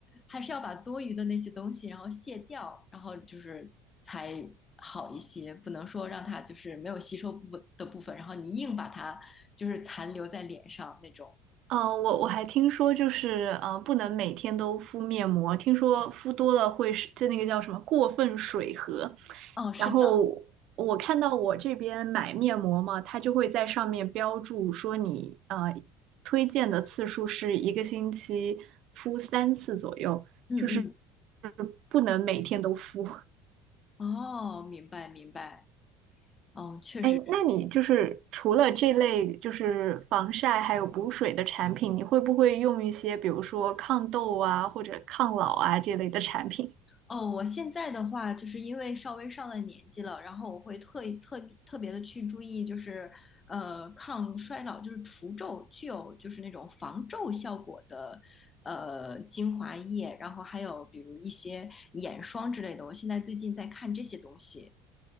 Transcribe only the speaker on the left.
还是要把多余的那些东西然后卸掉，然后就是才好一些，不能说让它就是没有吸收部分的部分，然后你硬把它就是残留在脸上那种。
哦，是的，
嗯嗯，
哦，明白明白，嗯，确实。
哦，我现在的话，就是因为稍微上了年纪了，然后我会特意特别特别的去注意，就是呃抗衰老，就是除皱，具有就是那种防皱效果的呃精华液，然后还有比如一些眼霜之类的，我现在最近在看这些东西。